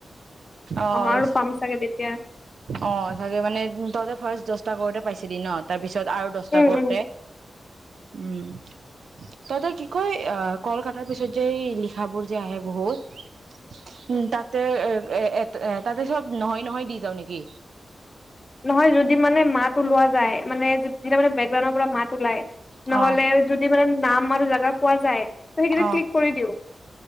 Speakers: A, on the right; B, on the left.
A: অ'।
B: আৰু পাম চাগে তেতিয়া
A: অ' চাগে মানে তই যে ফাষ্ট দহ টা কৰোতে পাইছিলি ন, তাৰ পিছত আৰু দছটা
B: উম
A: কৰোতে,
B: উম
A: উম, তইতো কি? কৈ অঁ। কলকটাৰ পিছত, যে' লিখাবোৰ যে' আহে বহুত। উম তাতে, এ এ-এ-এ, তাতে চব নহয়-নহয়, দি যাও নেকি?
B: নহয় যদি মানে মাত ওলোৱা যায়, মানেতি মানে বেকগ্ৰাউণৰ পৰা মাত ওলায়।
A: অ
B: নহ'লে যদি মানে নাম আৰু যাগা। পোৱা যায়। ত সেইকেইটা
A: অঁ,
B: ক্লিক কৰি দিওঁ